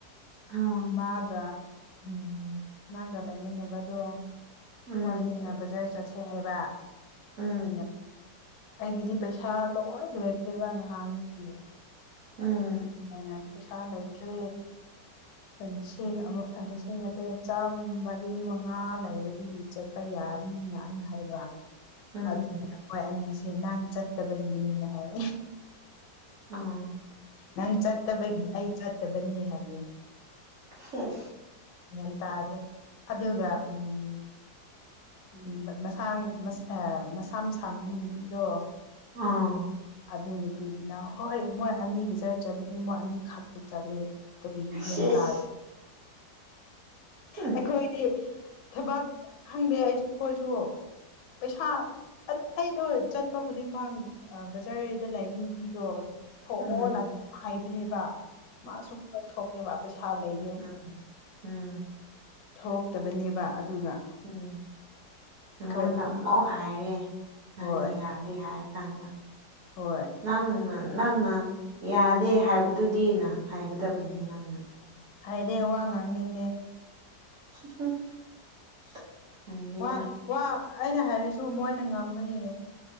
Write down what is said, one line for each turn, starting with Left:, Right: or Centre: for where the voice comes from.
Right: ꯑꯥ
Left: ꯃꯥꯒ ꯎꯝ ꯅꯪꯒ ꯂꯩꯃꯤꯟꯅꯕꯗꯣ꯫
Right: ꯎꯝ
Left: ꯍꯣꯏꯅꯤꯅ ꯐꯖ꯭ꯥꯔ ꯆꯠꯁꯦ ꯍꯥꯏꯕ
Right: ꯎꯝ
Left: ꯑꯩꯅ__ ꯑꯩꯒꯤꯗꯤ ꯄꯩꯁꯥ ꯂꯣꯏ ꯂꯣꯏꯔꯈ꯭ꯔꯦꯕ ꯅꯍꯥꯟꯒꯤ
Right: ꯎꯝ
Left: ꯑꯩꯅ ꯄꯩꯁꯥ ꯂꯩꯇ꯭꯭ꯔꯦ꯫ ꯂꯤꯁꯤꯡ ꯑꯃ ꯂꯤꯁꯤꯡ ꯅꯠꯇꯦ ꯆꯥꯝꯃꯔꯤ ꯃꯉꯥ ꯂꯩꯔꯒꯗꯤ ꯆꯠ <unintelligible>
Right: ꯎꯝ
Left: ꯑꯗꯨꯅꯦ ꯃꯣꯏ ꯑꯅꯤꯁꯦ <unintelligible> ꯆꯠꯇꯕꯒꯤꯅꯦꯅ ꯍꯥꯏ
Right: ꯑ
Left: ꯅꯪ ꯆꯠꯇꯕꯒꯤ ꯑꯩ ꯆꯠꯇꯕꯅꯦ ꯍꯥꯏꯌꯦ
Right: ꯁꯦꯁ
Left: ꯒ꯭ꯌꯥꯟ ꯇꯥꯗꯦ ꯑꯗꯨꯒ ꯎꯝ ꯎ ꯃꯁꯥꯡ ꯃꯁꯥ ꯃꯁꯝ ꯁꯥꯡꯕꯕꯤ ꯅꯨꯄꯤꯗꯣ꯫
Right: ꯑꯥ
Left: ꯑꯗꯨ ꯅꯨꯄꯤꯗꯨꯅ ꯍꯣꯏ ꯃꯣꯏ ꯑꯅꯤꯕꯨ <unintelligible> ꯆꯠꯂꯗꯤ ꯃꯣꯏ ꯑꯅꯤꯈꯛꯇ ꯆꯠꯂꯤ ꯀꯔꯤꯒꯤ ꯌꯦꯟ
Right: ꯁꯤꯁ
Left: ꯇꯥ
Right: ꯎꯝ
Left: ꯑꯩꯈꯣꯏꯗꯤ ꯊꯕꯛ ꯈꯪꯗꯦ ꯑꯩ ꯈꯣꯏꯁꯨ ꯄꯩꯁꯥ ꯑ ꯑꯩꯗꯣ ꯆꯠꯄ ꯈꯨꯗꯤꯡꯃꯛ ꯕꯖꯥꯔꯗ ꯂꯩꯕ ꯅꯨꯄꯤꯗꯣ ꯊꯣꯛꯑꯣꯅ
Right: ꯎꯝ
Left: ꯍꯥꯏꯕꯅꯦꯕ ꯃꯥ ꯁꯨꯊꯣꯛ ꯊꯣꯛꯇꯦꯕ ꯄꯩꯁꯥ ꯂꯩ
Right: ꯑꯝ ꯎꯝ
Left: ꯊꯣꯛꯇꯕꯅꯦꯕ ꯑꯗꯨꯒ
Right: ꯎꯝ ꯅꯉꯣꯟꯗ
Left: ꯑꯩꯈꯣꯏ
Right: ꯑꯃꯨꯛ ꯍꯥꯏꯔꯦ <unintelligible>
Left: ꯍꯣꯏ
Right: ꯌꯥꯗꯦ ꯍꯥꯏꯔ ꯀꯥꯟꯗ
Left: ꯍꯣꯏ
Right: ꯅꯪꯅ ꯅꯪꯅ ꯌꯥꯗꯦ ꯍꯥꯏꯕꯗꯨꯗꯤꯅ ꯍꯥꯏꯒꯗꯕꯅꯤ ꯅꯪꯅ
Left: ꯍꯥꯏꯔꯦ ꯋꯥ ꯉꯥꯡꯅꯤꯡꯗꯦ
Right: <unintelligible> ꯈꯪꯗꯦꯗ
Left: ꯋꯥ ꯋꯥ ꯑꯩꯅ ꯍꯥꯏꯔꯁꯨ ꯃꯣꯏꯅ ꯉꯝꯒꯅꯤꯌꯦ